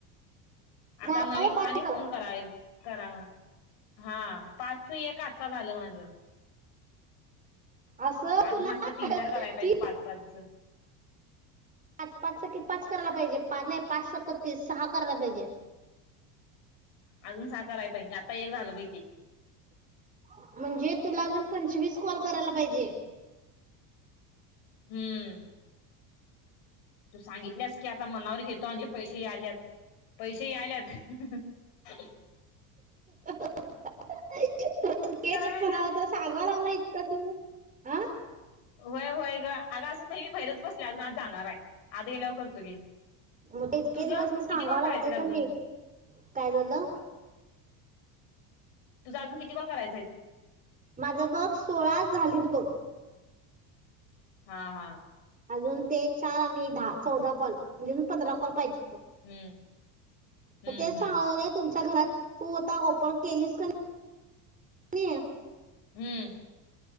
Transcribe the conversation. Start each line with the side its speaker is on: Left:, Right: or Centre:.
Left: आता
Right: झालं
Left: नवीन
Right: पाच
Left: आणि फोन करायेल. करावा. हा पाचचं एकात आता झालं माझं.
Right: असं
Left: अजून
Right: तुला
Left: असलं तीन चार करायला पाहिजे
Right: ती
Left: पाच पाचचं.
Right: पाच पाचचा कि पाच करायला पाहिजे, नाही पाच सक तीस सहा करायला पाहिजे
Left: अजून सहा करायला पाहिजे. आता एक झालं बाई ते.
Right: म्हणजे तुला अजून पंचवीस कॉल करायला पाहिजे.
Left: हम्म तू सांगितल्यास की आता मनावर घेतो म्हंजे पैसे यायल्यात, पैसे यायल्यात.
Right: <unintelligible> व्हय ते तर
Left: पाहिजेत?
Right: सांगावं लागला इतकां दिवस. आह.
Left: व्हय व्हय ग अग अजून मी बाहेर च बसले अजून आत जाणार आहे. आज गेल्यावर करतो गे
Right: म तेच इतके
Left: तुझं
Right: दिवस मी सांगा
Left: किती कॉल करायचेत
Right: लागलोय
Left: अजून
Right: क नि काय झालं?
Left: तुझा अजून किती कॉल करायचायत?
Right: माझं बग सोळाच झालीत बघ.
Left: हा हा.
Right: अजून ते चार आणि दहा चौदा कॉल म्हणजे पंधरा कॉल पाहिजे.
Left: हम्म हम्म
Right: म तेच
Left: हम्म
Right: सांगा लागलोय तुमचं घरात तू आता ओपन केलीस क नी
Left: हम्म.